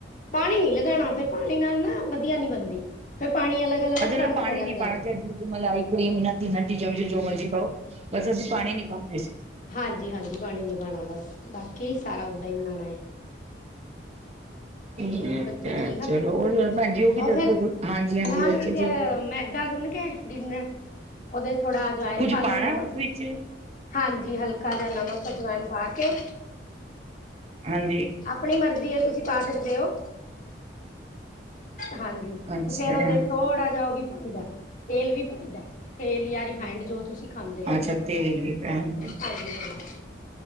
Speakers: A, on the left; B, on the right.
A: ਪਾਣੀ ਨੀ ਲਗਾਣਾ ਫਿਰ ਪਾਣੀ ਨਾਲ ਨਾ ਵਧੀਆ ਨੀ ਬਣਦੀ ਫਿਰ ਪਾਣੀ ਅਲੱਗ ਅਲੱਗ ਵੱਖਰਾ
B: ਅਸੀ ਮਤਲਬ
A: ਵੱਖਰਾ
B: ਪਾਣੀ
A: ਰਹਿੰਦਾ
B: ਨੀ ਪਾਣਾ
A: ਹੈ
B: ਚਾਏ ਦੁੱਧ ਮਲਾਈ ਕਰ੍ਰੀਮ ਏਨਾਂ ਤਿੰਨਾ ਚੀਜ਼ਾਂ ਵਿੱਚੋਂ ਜੋ ਮਰਜੀ ਪਾਓ ਬਸ ਅਸੀ ਪਾਣੀ ਨੀ ਪਾਂਦੇ ਸੀ।
A: ਹਾਂਜੀ-ਹਾਂਜੀ ਪਾਣੀ ਨੀ ਪਾਣਾ ਬਸ ਬਾਕੀ ਸਾਰਾ ਓਦਾਂ ਈ ਬਨਾਣਾ ਏ।
B: ਠੀਕ
A: ਹੋਰ ਬੱਚੇ
B: ਹੈ
A: ਠੀਕ ਆ?
B: ਚਲੋ ਹੋਰ ਭੈਣ ਜੀ ਉਹ ਵੀ
A: ਓ
B: ਦੱਸ
A: ਫੇਰ
B: ਦੋ ਹਾਂਜੀ ਹਾਂਜੀ
A: ਨਾਨ
B: ਬੱਚੇ
A: ਵੀ ਫੇਰ
B: ਠੀਕ
A: ਮੈਦਾ ਗੁੰਨ ਕੇ ਗਿੰਨੈ ਓਦੇ ਥੋੜਾ ਜਵੈਨ
B: ਕੁੱਝ
A: ਪਾਲੋ
B: ਪਾਣਾ
A: ਨਮਕ
B: ਉਸ ਵਿੱਚ
A: ਹਾਂਜੀ ਹਲਕਾ ਜਾਂ ਨਮਕ ਅਜਵਾਏਨ ਪਾ ਕੇ,
B: ਹਾਂਜੀ।
A: ਆਪਣੀ ਮਰਜੀ ਏ ਤੁਸੀ ਪਾ ਸਕਦੇ ਓ। ਹਾਂਜੀ
B: ਅੱਛਾ
A: ਤੇ ਫੇਰ ਓਦੇ ਚ ਥੋੜਾ ਜਾ ਓ ਵੀ ਪਾਈਦੈ। ਤੇਲ ਵੀ ਪਾਈਦੈ। ਤੇਲ ਯਾ ਰਿਫਾਇੰਡ ਜੋ ਤੁਸੀ ਖਾਂਦੇ ਓ।
B: ਅੱਛਾ ਤੇਲ ਵੀ ਪੈਨ।
A: ਹਾਂਜੀ-ਹਾਂਜੀ